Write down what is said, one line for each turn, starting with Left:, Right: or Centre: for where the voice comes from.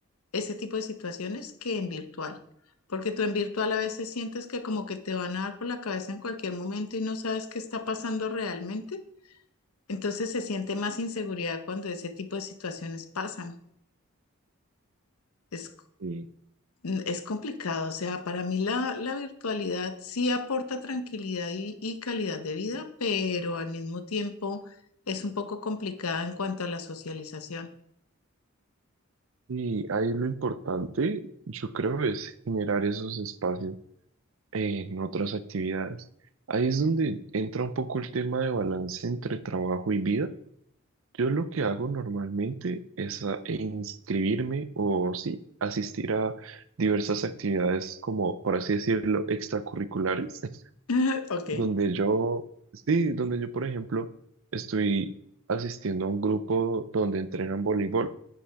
Left: ese tipo de situaciones que en virtual. Porque tú en virtual a veces sientes que como que te van a dar por la cabeza en cualquier momento y no sabes qué está pasando realmente. Entonces se siente más inseguridad cuando ese tipo de situaciones pasan. Es,
Right: Sí.
Left: es complicado, o sea, para mí la, la virtualidad sí aporta tranquilidad y, y calidad de vida, pero al mismo tiempo es un poco complicada en cuanto a la socialización.
Right: Y ahí lo importante, yo creo, es generar esos espacios en otras actividades. Ahí es donde entra un poco el tema de balance entre trabajo y vida. Yo lo que hago normalmente es a- e inscribirme o sí, asistir a diversas actividades como, por así decirlo, extracurriculares. <laughs>
Left: <laughs> Ok,
Right: donde yo, sí, donde yo, por ejemplo, estoy asistiendo a un grupo donde entrenan voleibol,